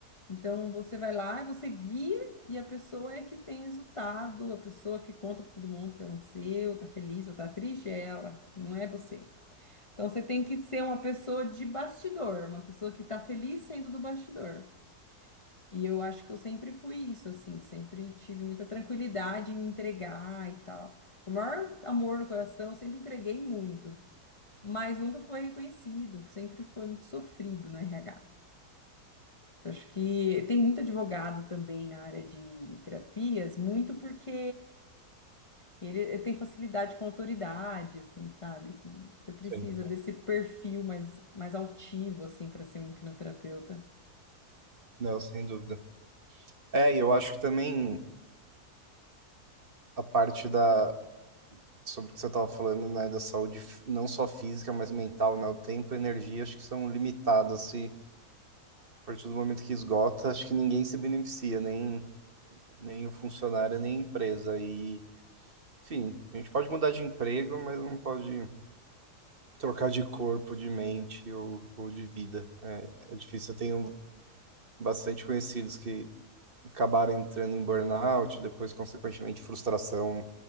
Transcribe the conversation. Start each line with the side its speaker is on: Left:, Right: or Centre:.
Left: Então você vai lá, você guia e a pessoa é que tem resultado, a pessoa que conta para todo mundo o que aconteceu, tá feliz ou tá triste, é ela, não é você. Então você tem que ser uma pessoa de bastidor, uma pessoa que tá feliz sendo do bastidor. E eu acho que eu sempre fui isso, assim, sempre tive muita tranquilidade em entregar e tal. O maior amor no coração, eu sempre entreguei muito, mas nunca foi reconhecido, sempre foi muito sofrido no RH. Então, acho que tem muito advogado também na área de, de terapias, muito porque ele tem facilidade com autoridade, assim, sabe? Com- Você precisa
Right: sim.
Left: Sim. desse perfil mais, mais altivo, assim, para ser um hipnoterapeuta.
Right: Não, sem dúvida. É, e eu acho que também a parte da sobre o que você estava falando, né, da saúde f- não só física, mas mental, né, o tempo e a energia acho que são limitadas e a partir do momento que esgota, acho que ninguém se beneficia, nem nem o funcionário, nem a empresa e, enfim, a gente pode mudar de emprego, mas não pode trocar de corpo, de mente ou, ou de vida. É, é difícil. Eu tenho bastante conhecidos que acabaram entrando em burnout, depois, consequentemente, frustração